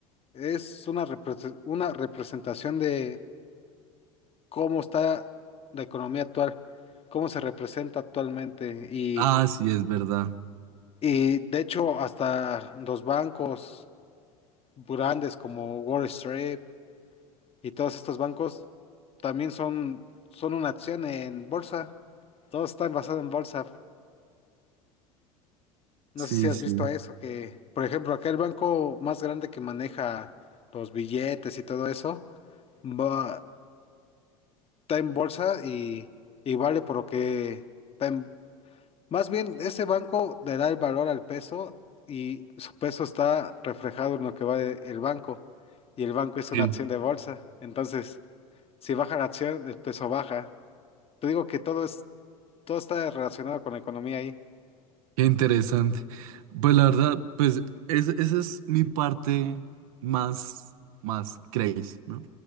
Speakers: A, on the left; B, on the right.
A: es una, repres- una representación de cómo está la economía actual, cómo se representa actualmente. Y,
B: Ah, sí, es verdad.
A: y de hecho, hasta los bancos. grandes como Wall Street y todos estos bancos también son, son una acción en bolsa. Todos están basados en bolsa. No
B: Sí,
A: sé si has
B: sí.
A: visto eso, que por ejemplo acá el banco más grande que maneja los billetes y todo eso, va, está en bolsa y, y vale por lo que está en- Más bien, ese banco le da el valor al peso y su peso está reflejado en lo que va de- el banco. Y el banco es una
B: Sí.
A: acción de bolsa. Entonces, Si baja la acción, el peso baja. Te digo que todo es, todo está relacionado con la economía ahí.
B: Qué interesante. Pues la verdad, pues es- esa es mi parte más, más crazy, ¿no?